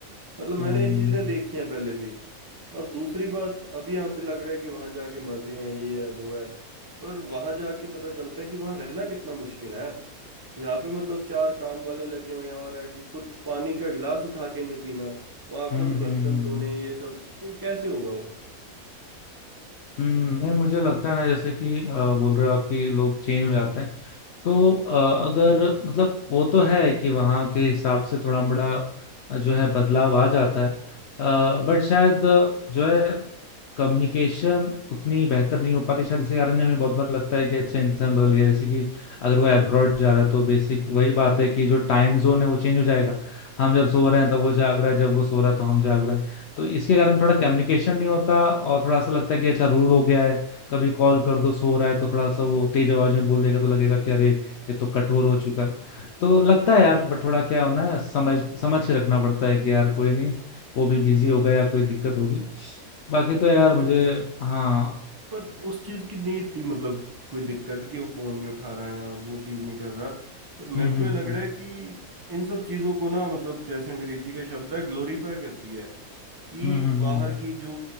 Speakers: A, on the right (about 30°); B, on the left (about 70°).
A: मतलब मैंने
B: हम्म
A: ये चीजें देखी हैं पहले भी और दूसरी बात अभी यहाँ पे लग रहा है कि वहां जाके मजे हैं ये है वो है पर वहां जाके पता चलता है कि वहां रहना कितना मुश्किल है यार यहाँ पे मतलब चार काम वाले लगे हुए हैं और है कि खुद पानी का गिलास उठा के नहीं पीना वहां
B: हम्म,
A: खुद
B: हम्म,
A: बर्तन
B: हम्म, हम्म,
A: धोने ये सब तो कैसे होगा वो
B: हम्म, नहीं मुझे लगता है ना जैसे कि अ, बोल रहे हो आप कि लोग चेंज हो जाते हैं तो अ, अगर मतलब वो तो है कि वहाँ के हिसाब से थोड़ा बड़ा अ, जो है बदलाव आ जाता है बट शायद अ, जो है कम्युनिकेशन उतनी बेहतर नहीं हो पाती शायद इसी कारण हमें बहुत बार लगता है कि अच्छा इंसान बदल गया जैसे कि अगर वो
A: हम्म
B: अब्रॉड
A: हम्म
B: जा रहा है तो बेसिक वही बात है कि जो टाइम जोन है वो चेंज हो जाएगा हम
A: हम्म
B: जब सो रहे हैं तब वो जाग रहा है जब वो सो रहा है तो हम जाग रहे हैं तो इसके कारण थोड़ा कम्युनिकेशन नहीं होता और थोड़ा सा लगता है कि अच्छा रूड हो गया है कभी कॉल कर दो सो रहा है तो थोड़ा सा वो तेज आवाज में बोल देगा तो लगेगा कि अरे ये तो कठोर हो चुका है तो लगता है यार
A: हम्म
B: बट
A: हम्म,
B: थोड़ा
A: हम्म।
B: क्या होना है समझ समझ के रखना पड़ता है कि यार कोई नहीं वो भी बिजी होगा या कोई दिक्कत होगी बाकी तो
A: हाँ
B: यार
A: हाँ
B: मुझे हाँ
A: पर उस चीज की नहीं थी मतलब कोई दिक्कत कि वो फोन नहीं उठा रहा है या वो चीज नहीं कर रहा पर
B: हम्म
A: मेरे को
B: हम्म
A: ये लग रहा है कि इन सब चीजों को ना मतलब जैसे अंग्रेजी का शब्द है ग्लोरीफाई करती है कि
B: हम्म हम्म
A: बाहर की जो